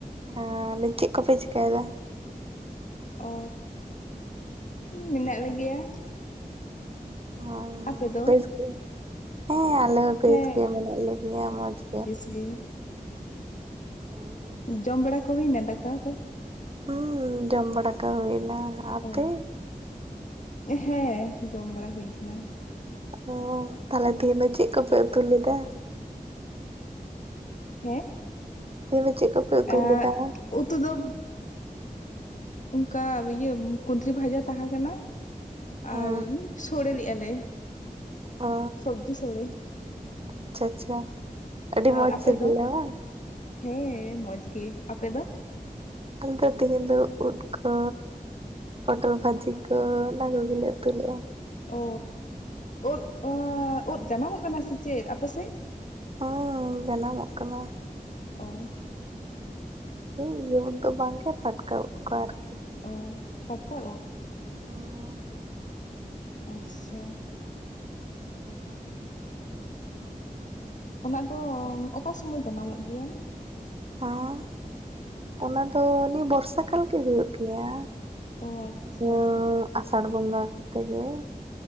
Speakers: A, on the right; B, on the left.
A: ᱟ ᱞᱟᱭᱫᱤᱧ ᱪᱮᱫ ᱠᱚᱯᱮ ᱪᱮᱠᱟᱭᱫᱟ
B: ᱚ ᱢᱮᱱᱟᱜ ᱞᱮᱜᱮᱭᱟ
A: ᱚ
B: ᱟᱯᱮ ᱫᱚ
A: ᱵᱮᱥ ᱜᱮ᱾ ᱦᱮᱸ ᱟᱞᱮ ᱦᱚᱸ ᱵᱮᱥ
B: ᱦᱮᱸ
A: ᱜᱮ ᱢᱮᱱᱟᱜ ᱞᱮᱜᱮᱭᱟ ᱢᱚᱡᱽ ᱜᱮ᱾
B: <unintelligible>
A: ᱚ
B: ᱡᱚᱢ ᱵᱟᱲᱟ ᱠᱚ ᱦᱩᱭᱱᱟ ᱫᱟᱠᱟ ᱠᱚ
A: ᱦᱩᱸ ᱡᱚᱢ ᱵᱟᱲᱟᱠᱚ ᱦᱩᱭᱱᱟ ᱟᱯᱮ
B: ᱚ ᱦᱮᱸ ᱡᱚᱢ ᱵᱟᱲᱟ ᱦᱩᱭ ᱠᱟᱱᱟ
A: ᱚ ᱛᱟᱦᱞᱮ ᱛᱮᱦᱤᱧ ᱫᱚ ᱪᱮᱫ ᱠᱚᱯᱮ ᱩᱛᱩ ᱞᱮᱫᱟ
B: ᱦᱮᱸ
A: ᱛᱮᱦᱮᱧ ᱫᱚ ᱪᱮᱜ ᱠᱚᱯᱮ ᱩᱛᱩ
B: ᱟᱨ
A: ᱞᱮᱫᱟ?
B: ᱩᱛᱩ ᱫᱚ ᱚᱱᱠᱟ ᱤᱭᱟᱹ ᱠᱩᱫᱽᱨᱤ ᱵᱷᱟᱡᱟ ᱛᱟᱦᱮᱸ ᱠᱟᱱᱟ᱾
A: ᱦᱮᱸ
B: ᱟᱨ ᱥᱳᱲᱮ ᱞᱮᱜᱼᱟ ᱞᱮ
A: ᱚ
B: ᱥᱚᱵᱡᱤ ᱥᱳᱲᱮ
A: ᱟᱪᱪᱷᱟ ᱟᱪᱪᱷᱟ᱾ ᱟᱹᱰᱤ
B: ᱟᱨ
A: ᱢᱚᱸᱡᱽ
B: ᱟᱯᱮᱫ
A: ᱥᱤᱵᱤᱞᱟ
B: ᱫᱚ
A: ᱵᱟᱝ
B: ᱦᱮᱸ ᱢᱚᱡᱽ ᱜᱮ ᱟᱯᱮ ᱫᱚ
A: ᱟᱞᱮ ᱫᱚ ᱛᱮᱦᱮᱧ ᱫᱚ ᱩᱫᱽᱠᱳ ᱯᱚᱴᱚᱞ ᱵᱷᱟᱹᱡᱤ ᱠᱚ ᱚᱱᱟ ᱠᱚᱜᱮᱞᱮ ᱩᱛᱩ ᱞᱮᱫ-ᱟ᱾
B: ᱚ ᱳᱫᱽ ᱳᱫᱽ ᱡᱟᱱᱟᱢᱚᱜ ᱠᱟᱱᱟ ᱥᱮ ᱪᱮᱫ? ᱟᱯᱮᱥᱮᱫ
A: ᱦᱚᱸ ᱡᱟᱱᱟᱢᱚᱜ ᱠᱟᱱᱟ
B: ᱚ
A: ᱦᱮᱸ ᱤᱭᱟᱹ ᱩᱫ ᱵᱟᱝᱜᱮ ᱯᱟᱴᱠᱟ ᱩᱫ ᱠᱚ ᱟᱨᱠᱤ
B: ᱚ ᱯᱟᱴᱠᱟ ᱩᱫ
A: ᱦᱩᱸ
B: ᱟᱪᱪᱷᱟ ᱚᱱᱟ ᱫᱚᱢ ᱚᱠᱟ ᱥᱚᱢᱚᱭ ᱡᱟᱱᱟᱢᱚᱜ ᱜᱮᱭᱟ
A: ᱟᱨ ᱚᱱᱟ ᱫᱚ ᱱᱤᱭ ᱵᱚᱨᱥᱟ ᱠᱟᱞ ᱜᱮ ᱦᱩᱭᱩᱜ ᱜᱮᱭᱟ
B: ᱚ ᱟᱪᱪᱷᱟ
A: ᱱᱤᱭᱟᱹ ᱟᱥᱟᱲ ᱵᱚᱸᱜᱟ ᱠᱚᱛᱮᱜᱮ